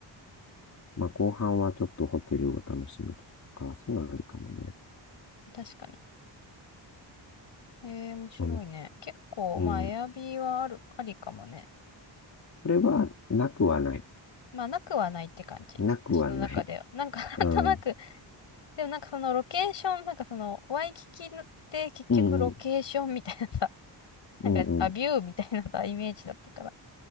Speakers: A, on the left; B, on the left.
A: まあ、後半はちょっとホテルを楽しむとか、そういうのはありかもね。
B: 確かに。えー、面白いね。
A: うん。
B: 結構、
A: うん
B: まあ、エアビーはある、ありかもね。
A: これは、なくはない。
B: まあ、なくはないって感じ。
A: なくはない。
B: 私の中では。なんか、<laughs>
A: うん。
B: なんとなく、でもなんかそのロケーション、なんかその、ワイキキって結局ロケーションみたいなさ、
A: うん、うん。
B: <laughs> なんか、
A: うんうん。
B: アビューみたいなさ、イメージだったから。